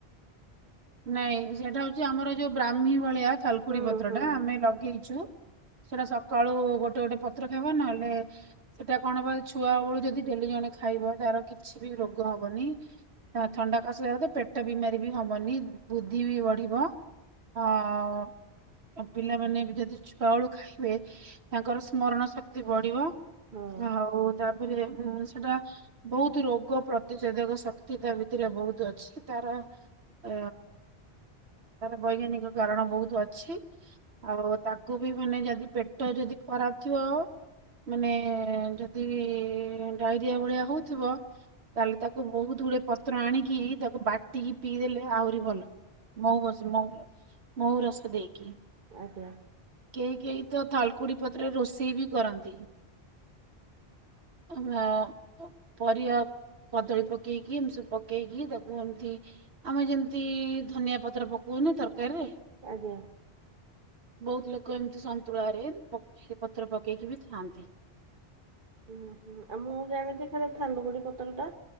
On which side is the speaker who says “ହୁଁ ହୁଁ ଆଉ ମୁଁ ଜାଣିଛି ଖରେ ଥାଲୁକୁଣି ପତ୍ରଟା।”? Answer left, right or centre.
Right